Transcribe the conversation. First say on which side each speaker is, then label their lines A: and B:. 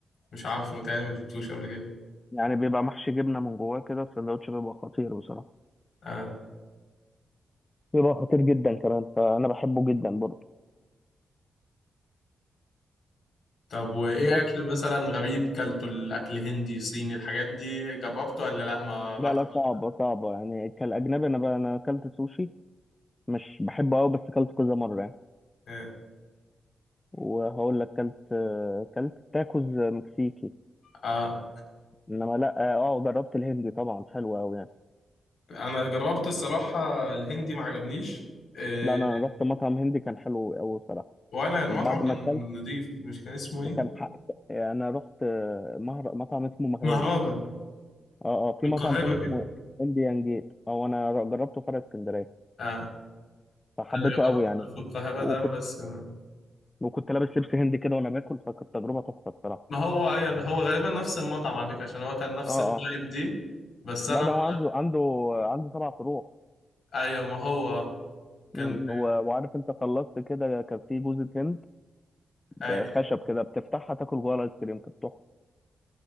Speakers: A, on the left (about 70°); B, on the left (about 15°).
A: مش عارف متهيألي ما دوتوش قبل كده
B: يعني بيبقى محشي جبنه من جواه كده السندوتش بيبقى خطير بصراحه
A: اه
B: بيبقى خطير جدا كمان فانا بحبه جدا برضه
A: طب وايه
B: بس
A: اكل مثلا غريب كلته الاكل هندي صيني الحاجات دي جربته ولا لا ما رحتش
B: لا لا صعبه صعبه يعني كالاجنبي انا بقى انا اكلت سوشي مش بحبه قوي بس اكلت كذا مره يعني
A: اه
B: وهقول لك اكلت اكلت تاكوز مكسيكي
A: آه.
B: انما لا اه جربت الهندي طبعا حلو قوي يعني
A: انا جربت الصراحة الهندي ما عجبنيش آه.
B: لا انا رحت مطعم هندي كان حلو قوي بصراحه
A: وانا المطعم
B: وبعد
A: كان
B: ما اكلت
A: نضيف مش كان اسمه
B: وكان
A: ايه
B: حق انا رحت آه، مهر... مطعم اسمه مهرجة
A: مهرجان
B: اه اه
A: في
B: في مطعم
A: القاهرة
B: تاني
A: كده
B: اسمه انديان جيت اه انا جربته في فرع اسكندريه
A: اه
B: فحبيته
A: انا جربت
B: قوي يعني
A: في القاهرة
B: وكنت
A: ده بس ما,
B: وكنت لابس لبس هندي كده وانا باكل فكانت تجربه تحفه بصراحه
A: ما هو ايوه هو غالبا نفس المطعم على فكرة عشان هو كان نفس
B: اه
A: الفايب
B: اه
A: دي بس
B: لا
A: انا
B: ده
A: ما...
B: هو عنده عنده عنده سبع فروع
A: ايوه ما هو كان
B: م- و... وعارف انت خلصت كده كان في جوزة هند
A: آه،
B: آه، خشب كده بتفتحها تاكل جوه الايس كريم كانت تحفة.